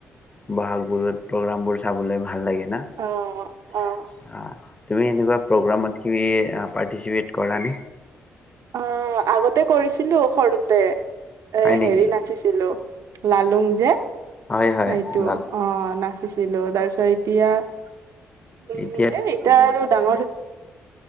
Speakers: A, on the left; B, on the right.
A: বহাগ বিহুত। প্ৰগ্ৰাম বোৰ চাবলৈ ভাল লাগে। আহ।
B: অ অ
A: তুমি সেনেকুৱা প্ৰগেম তুমি আহ পাৰ্টিচিপেত কৰা নে?
B: অ আগতে কৰিছিলো সৰুতে
A: হয়
B: এ
A: নেকি
B: হেৰি নাচিছিলো লালুং যে
A: হয় হয়
B: সেইটো
A: দাল
B: অ না ছিলো তাৰপিছত এতিয়া উম
A: এতিয়া
B: এ এতিয়া আৰু ডাঙৰ